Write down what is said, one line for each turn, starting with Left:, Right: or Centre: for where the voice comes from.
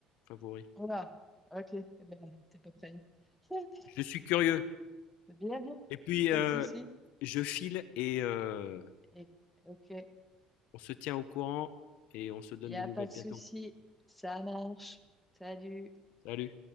Left: favoris.
Centre: Voilà, ok, eh ben, t'es pas prêt. <laughs>
Left: Je suis curieux
Centre: Bien, bien,
Left: et puis,
Centre: pas
Left: heu,
Centre: de souci.
Left: je file et heu,
Centre: Et- Ok, il
Left: on se tient au courant et on se donne
Centre: n'y a
Left: des nouvelles
Centre: pas de
Left: bientôt.
Centre: souci. Ça marche. Salut.
Left: Salut.